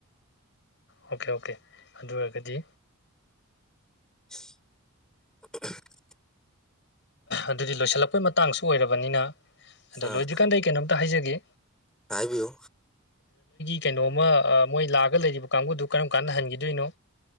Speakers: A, on the left (about 55°); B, in the centre.
A: ꯑꯣꯀꯦ ꯑꯣꯀꯦ ꯑꯗꯨ ꯑꯣꯏꯔꯒꯗꯤ
B: ꯎꯝ <unintelligible>
A: ꯑꯗꯨꯗꯤ ꯂꯣꯏꯁꯤꯜꯂꯛꯄꯩ ꯃꯇꯥꯡꯁꯨ ꯑꯣꯏꯔꯕꯅꯤꯅ ꯑꯗꯣ
B: ꯑꯥ
A: ꯂꯣꯏꯗ꯭ꯔꯤꯀꯥꯟꯗ ꯑꯩ ꯀꯩꯅꯣꯝꯇ ꯍꯥꯏꯖꯒꯦ
B: ꯍꯥꯏꯕꯤꯌꯨ
A: ꯀꯩꯅꯣꯃ ꯃꯣꯏ ꯂꯥꯛꯑꯒ ꯂꯩꯔꯤꯕ ꯀꯥꯡꯕꯨꯗꯨ ꯀꯔꯝ ꯀꯥꯟꯗ ꯍꯟꯈꯤꯗꯣꯏꯅꯣ